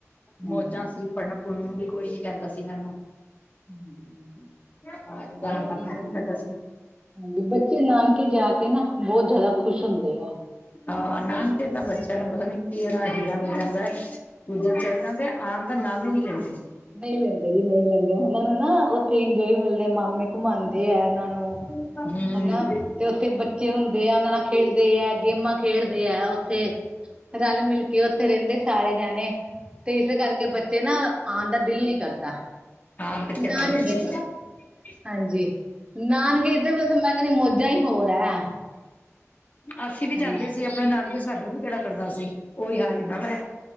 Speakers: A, on the right (about 20°); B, on the left (about 35°).
A: ਹਾਂਜੀ
B: ਮੌਜਾਂ ਸੀ ਪੜਨ- ਪੁੜਨ ਵੀ ਕੋਈ ਨੀ ਕਹਿੰਦਾ ਸੀ ਇਹਨੂੰ।
A: ਹੂ- ਹੂ
B: ਜਾਣ ਦਾ
A: ਬੱਚੇ
B: ਮਨ
A: ਦੇ।
B: ਨੀ ਕਰਦਾ ਸੀ।
A: ਹਾਂਜੀ। ਬੱਚੇ ਨਾਨਕੇ ਜਾ ਕੇ ਨਾ ਬਹੁਤ ਜ਼ਿਆਦਾ ਖੁਸ਼ ਹੁੰਦੇ ਆ।
B: ਹਾਂ। ਨਾਨਕੇ
A: ਇੱਕ
B: ਤਾਂ ਬੱਚਿਆਂ ਨੂੰ ਪਤਾ ਨੀ ਕੀਹੜਾ ਹੀਰਾ ਮਿਲ ਜਾਂਦਾ। ਕੁਦਰ 'ਚ- ਕਹਿਦੇ ਆਉਣ ਦਾ ਨਾਮ ਹੀ ਨਹੀ ਲੈਦੇ।
A: ਨਹੀ ਲੈਦੇ ਜੀ, ਨਹੀ ਲੈਂਦੇ। ਉਹਨਾਂ ਨੂੰ ਨਾ ਉਥੇ ਇੰਜੋਏ ਮਿਲ ਮਾਮੇ ਘੁਮਾਉਦੇ ਆ ਇਹਨਾਂ ਨੂੰ
B: ਹੂੰ
A: ਹਨਾ। ਤੇ ਉਥੇ ਬੱਚੇ ਹੁੰਦੇ ਆ ਉਹਨਾਂ ਨਾਲ ਖੇਡਦੇ ਹੈ। ਗੇਮਾਂ ਖੇਡਦੇ ਹੈ। ਉਥੇ ਰਲ- ਮਿਲ ਕੇ ਉਥੇ ਰਹਿੰਦੇ ਸਾਰੇ ਜਾਣੇ। ਤੇ ਇਸ ਕਰਕੇ ਬੱਚੇ ਨਾ ਆਉਣ ਦਾ ਦਿਲ ਨੀ ਕਰਦਾ।
B: ਹਾਂ। ਬੱਚੇ
A: ਨਾਨਕੇ
B: ਮੈ ਕਿਹਾ ਸੁਤੇ
A: ਦੀ
B: ਹੈ।
A: ਹਾਂਜੀ। ਨਾਨਕੇ ਤੇ ਮੈ ਕਿਹਾ, ਮੌਜਾਂ ਹੀ ਹੋਰ ਹੈ।
B: ਅਸੀ ਵੀ
A: ਹਾਂਜੀ
B: ਜਾਦੇ ਸੀ ਆਪਣੇ ਨਾਨਕੇ ਸਾਡਾ ਵੀ ਕਿਹੜਾ ਕਰਦਾ ਸੀ। ਉਹੀ ਹਾਲ ਇਹਨਾਂ ਦਾ।